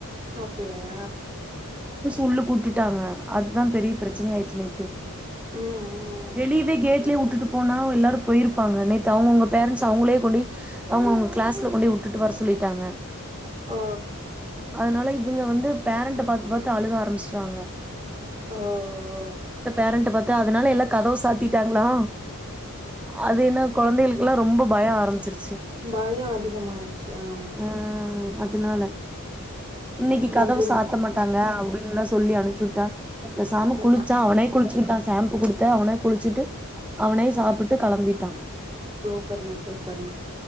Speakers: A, on the right; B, in the centre.
A: அப்டியா
B: உல்லுக்கு கூட்டுட்டாங்க அதுதான் பெரிய பிரச்சனனை ஆயிடுச்சு நேத்து
A: ம் ம்
B: வெளியவே கேட்லயே உட்டுட்டு போனா எல்லாரும் போயிருப்பாங்க நேத்து அவங்கவுங்க பேரன்ட்ஸ் அவங்களே கொண்டுய அவங்க அவங்க கிளாஸ்ல கொண்டுய விட்டுட்டு வர சொல்லிட்டாங்க
A: ஓ
B: அதனால இவங்க வந்து பேரண்ட்ட பாத்து பாத்து அழுக ஆரம்பிச்சறாங்க
A: ஓ ஓ
B: பேரண்ட்ட பாத்து அதனால எல்லாம் கதவு சாத்திட்டாங்களா அது என்ன கொழந்தைகளுக்குெல்லாம் ரொம்ப பயம் ஆரம்பிச்சிரு
A: பயம் அதிகமாயிடுச்சு ஆ
B: ஆ அதனால இன்னைக்கி
A: நன்றிமா
B: கதவு சாத்த மாட்டாங்க அப்டின்னுதாம் சொல்லி அனுச்சு விட்டான் இப்ப சாம
A: ம்
B: குளிச்சான் அவனே குளிச்சுக்கிட்டான் ஷாம்பு கொடுத்தேன் அவனே குளிச்சுட்டு அவனே சாப்பட்டு கிளம்பிட்டான்
A: சூப்பர்மா சூப்பர்மா